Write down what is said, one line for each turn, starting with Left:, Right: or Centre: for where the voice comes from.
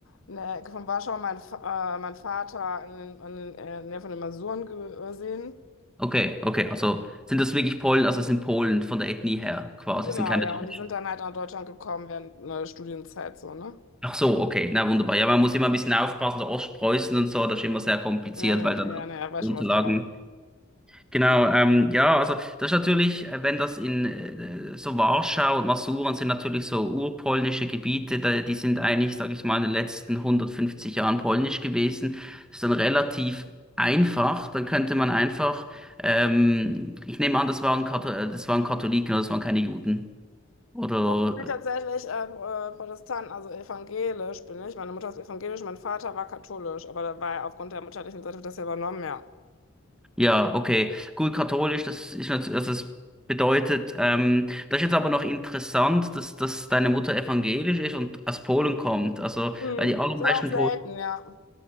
Left: in der Ecke von Warschau, mein, Fa- äh, mein Vater in, in, in der Nähe von den Masuren gesehen.
Centre: Okay, okay, also sind das wirklich Polen, also sind Polen von der Ethnie her quasi,
Left: Genau,
Centre: sind keine
Left: ja.
Centre: Deutschen.
Left: Und die sind dann halt nach Deutschland gekommen während einer Studienzeit so, ne?
Centre: Ach so, okay, na wunderbar. Ja, man muss immer ein bisschen aufpassen, so Ostpreußen und so, das ist immer sehr kompliziert,
Left: Nee, nee,
Centre: weil
Left: nee,
Centre: dann
Left: ja,
Centre: auch
Left: nee, ja, weiß
Centre: die Unterlagen
Left: schon, was du meinst.
Centre: Genau, ähm, ja, also das ist natürlich, äh, wenn das in äh, so Warschau und Masuren sind natürlich so urpolnische Gebiete, da, die sind eigentlich, sage ich mal, in den letzten 150 Jahren polnisch gewesen. Das ist dann relativ einfach. Dann könnte man einfach, ähm, ich nehme an, das waren Kathol äh, das waren Katholiken oder das waren keine Juden. Oder
Left: Ich bin tatsächlich äh, äh, Protestant, also evangelisch bin ich. Meine Mutter ist evangelisch, mein Vater war katholisch, aber da war er aufgrund der mütterlichen Seite wird das ja übernommen, ja.
Centre: Ja, okay. Gut, katholisch, das ist natürlich, also das bedeutet, ähm, das ist jetzt aber noch interessant, dass, dass deine Mutter evangelisch ist und aus Polen kommt. Also,
Left: Mhm.
Centre: weil die allermeisten
Left: Das ist ja auch selten,
Centre: Polen
Left: ja.